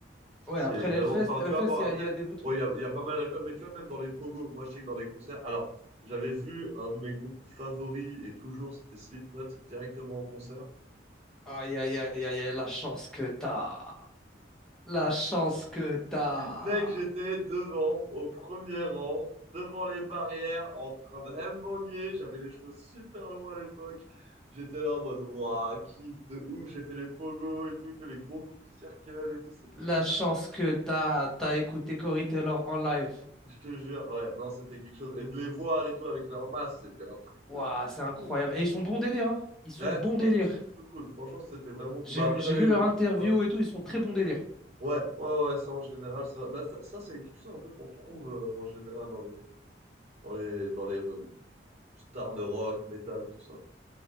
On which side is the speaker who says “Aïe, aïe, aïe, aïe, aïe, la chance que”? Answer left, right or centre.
Centre